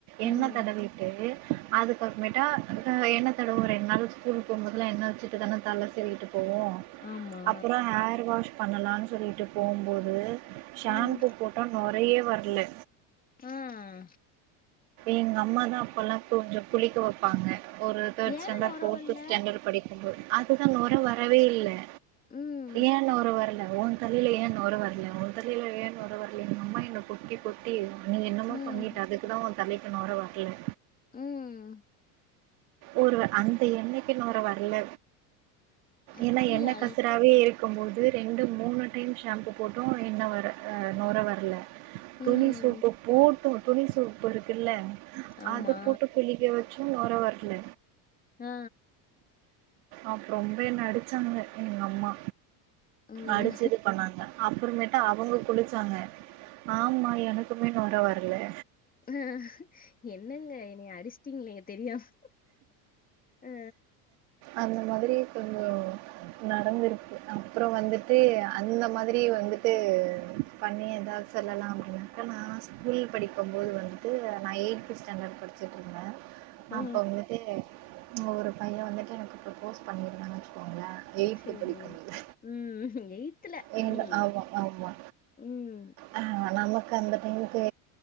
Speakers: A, on the right (about 65°); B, on the left (about 20°).
A: என்ன
B: ம்
A: தடவை ட்டு அது பக்கமேட்டா எண்ணெ தடவிட்டு ரெண்டு நாள் ஸ்கூல் போகும் போதல்லாம் எண்ணா வச்சிட்டு தானே தலை சீவிட்டு போவோம்
B: ஆமா
A: அப்புறம் ஹேர் வாஷ் பண்ணலாம்னு சொல்லிட்டு போகும்போது ஷாம்பு
B: ம்
A: போட்டா நொரையே வரலே
B: ம்ம்
A: எங்க அம்மா தான் அப்பெல்லாம் கொஞ்சம் குளிக்க வைப்பாங்க ஒரு தேர்ட்
B: ஏ
A: ஸ்டாண்ட்ர்ஃபோர்த்து
B: நொர வல்ல
A: ஸ்டாண்டர்ட் படிக்கும் அதுதான் நொர வரவே இல்லை
B: ம்
A: ஏன் நொரா வரல தலைல ஏன் நொர வரலே உன் தலையில ஏன்நொரை வரல அம்மா என்தலைல கொட்டி கொட்டி நீ என்னமோ
B: ம்,
A: பண்ணிட்டு அதுக்குதான் உன் தலையிலா நொரை வரல
B: உம்
A: ஒரு அந்த எண்ணைக்கு நொரை வரல
B: அப்படியா?
A: ஏன்னா எண்ணெ கசராவே இருக்கு இருக்கும்போது ரெண்டு மூணு டைம் ஷாம்பு போட்டும் எண்ணெ வரல நொர வரல
B: ம்.
A: துணி சோப்பு போட்டு துணி சோப்பு இருக்குல்ல
B: ஆமா.
A: அதை போட்டு புளி இங்க வச்சும் நொர வரல
B: ஆ ஆ
A: அப்ப ரொம்ப என்ன அடுச்சாங்க எங்க அம்மா
B: ம்.
A: அடுச்சு இது பண்ணாங்க அப்புறமேட்டா அவுங்க குளுச்சாங்க ஆமா எனக்குமே நொர வரலா
B: அ என்னங்க என்னைய அடுச்சிட்டீங்ளே தெரியாமா ஆ
A: அந்த மாதிரி கொஞ்சோ நடந்திருக்கு அப்புற வந்துட்டு அந்த மாதிரி வந்துட்டு பண்ணி ஏதாவது செல்லலா அப்டி வெக்கலா ஸ்கூல் படிக்கும் போது வந்துட்டு நா ஏயித் ஸ்டாண்டட் படிச்சுட்டு இருந்தே
B: ஆ.
A: அப்போ வந்துட்டு ஒரு பைய வந்துட்டு எனக்கு ப்ரப்போஸ் பண்ணியிருந்தான் வெச்சுக்கோங்களே எயித்து
B: சரி.
A: படிக்கும் போது
B: ம்.
A: எங்க
B: ம்.
A: ஆமா ஆமா
B: ம்.
A: ஆ நமக்கு அந்த டைமுக்கு